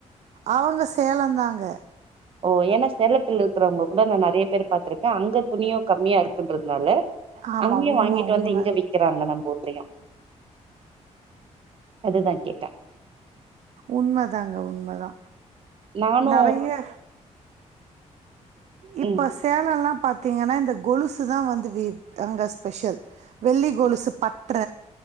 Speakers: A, on the right; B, on the right.
A: அவங்க சேலம்தாங்க
B: ஓ ஏனா சேலத்துல இருக்கறவங்க கூட நா நெறைய பேர் பாத்திருக்கே அங்க துணியு கம்மியா இருக்குன்றதுனால
A: ஆமா
B: அங்கயு
A: உண்ம
B: வாங்கிட்டு
A: உண்ம
B: வந்து
A: உம்
B: இங்க விக்கிறாங்க நம்ம ஊர்லயு அதுதா கேட்டே
A: உண்மதாங்க உண்மதா
B: நானு
A: நெறைய இப்ப
B: ம்
A: சேலொல்லா பாத்தீங்கனா இந்த கொலுசு தா வந்து வே அங்க ஸ்பெஷல் வெள்ளி கொலுசு பட்ற